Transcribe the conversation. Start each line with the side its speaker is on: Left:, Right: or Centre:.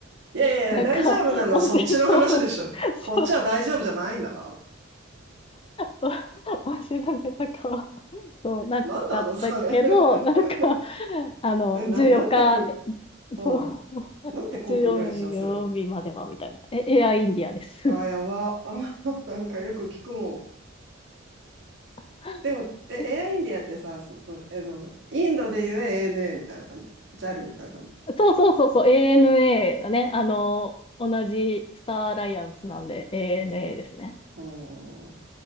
Right: いやいやいや、
Left: なんか、
Right: 大丈夫なのはそっちの話でしょ。
Left: 音声の <laughs>
Right: こっちは大丈夫じゃないんだが。
Left: そうわ <laughs> 知らせとかは、<laughs> そう、なかったけど、
Right: なんなの、それ。<laughs>
Left: なんか、あの、
Right: え、なん、
Left: 14日、
Right: なんてく、
Left: え
Right: うん。
Left: そう、
Right: なんて航空会社、
Left: 14営業日までは、
Right: それ。
Left: みたいな。え、エアインディアです。
Right: あー、やば。<laughs> あー、なんかよく聞くもん。
Left: <laughs>
Right: でも、え、
Left: え
Right: エアインディアってさ、その、あの、インドで言え ANA みたいな感じ。ジャルみたいな感じ。
Left: そうそうそうそう、ANA だね。あの、同じスターアライアンスなんで、ANA ですね。
Right: うー